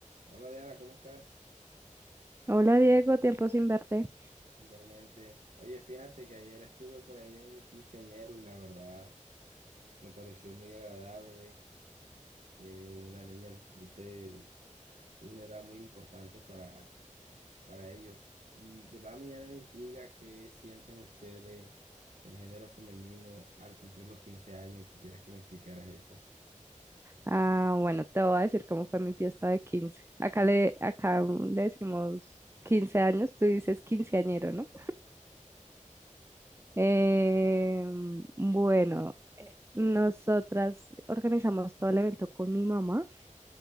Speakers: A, on the right; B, on the right.
A: Hola Diana, ¿cómo estás?
B: Hola Diego, tiempo sin verte.
A: Igualmente. Oye, fíjate que ayer estuve por ahí en un quinceañero y la verdad me pareció muy agradable que una niña disfrute una edad muy importante para, para ellos. Y verdad me llena de intriga qué sienten ustedes el género femenino al cumplir los 15 años. Quisiera que me explicaras eso.
B: Ah, bueno, te voy a decir cómo fue mi fiesta de 15. Acá le, acá mm, le decimos 15 años, tú dices quinceañero, ¿no? Eh, bueno, nosotras organizamos todo el evento con mi mamá